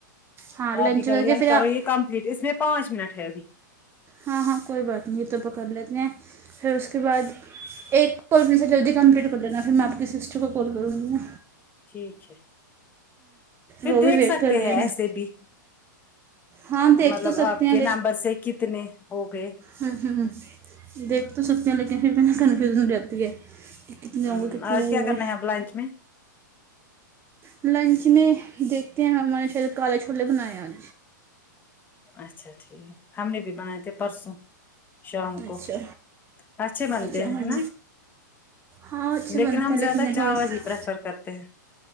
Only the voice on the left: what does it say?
آپ بھی کرو
لائن
کرو
یہ کمپلیٹ اس میں پانچ منٹ ہے ابھی
ٹھیک ہے پھر
دیکھ
سکتے
ہیں ایسے بھی
مطلب
آپ
کے نمبر سے کتنے ہو گئے
ہ
آج
کیا
کرنا ہے اب لنچ میں
اچھا ٹھیک ہم نے بھی بنائے تھے پرسوں شام
کو اچھے بنتے
ہیں ہے نا
لیکن
ہم
زیادہ
چاول
ہی پریفر کرتے ہیں